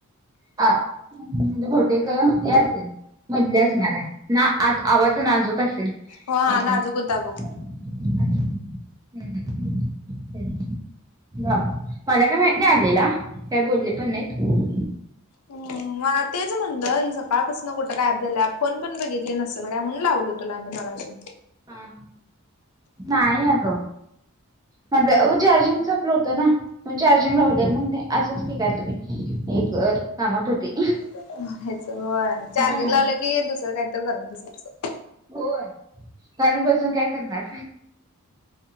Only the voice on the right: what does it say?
हा म्हणजे बहुतेक हि असेल मधली असणाराय ना आज आवाज नाजूक असेल
एकदम
आणि हम्म हम्म तेच ह मला काय माहित नाही आणलेला काय बोलले पण नाहीत.
हा हा नाही अग माझं चार्जिंग संपल होतं ना मग चार्जिंग लावलेल मग ते असंच कि कायतरी हे कर कामात होते.
हा
होय कारण बसून काय करणार